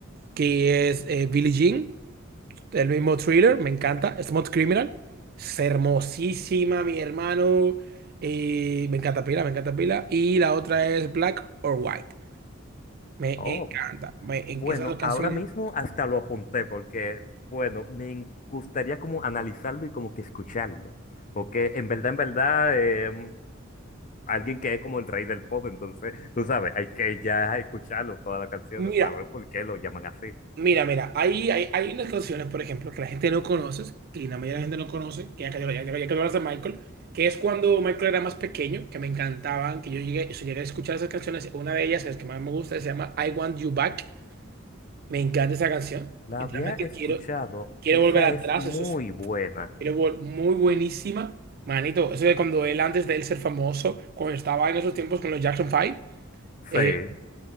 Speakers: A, on the right; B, on the left.
A: que es eh, Billie Jean, el mismo Thriller, me encanta, Smooth Criminal, es hermosísima, mi hermano, y me encanta pila, me encanta pila, y la otra es Black or White, me
B: Oh,
A: encanta, me, en
B: bueno,
A: esas dos canciones,
B: ahora mismo hasta lo apunté porque, bueno, me en- gustaría como analizarlo y como que escucharlo, porque en verdad, en verdad... em, alguien que es como el rey del pop, entonces, tú sabes, hay que ya escucharlo, todas las canciones,
A: mira.
B: para ver por qué lo llaman así.
A: Mira, mira, hay, hay, hay unas canciones, por ejemplo, que la gente no conoce, que la mayoría de la gente no conoce, que ya que, ya, que ya que hablas de Michael, que es cuando Michael era más pequeño, que me encantaban, que yo llegué, yo llegué a escuchar esas canciones. Una de ellas, que es que más me gusta, se llama I Want You Back. Me encanta esa canción.
B: La
A: Literalmente
B: había escuchado,
A: quiero, quiero
B: esa
A: volver atrás,
B: es muy
A: eso es
B: buena.
A: quiero vol- muy buenísima. Manito, eso de cuando él, antes de él ser famoso, cuando estaba en esos tiempos con los Jackson Five
B: Sí,
A: eh,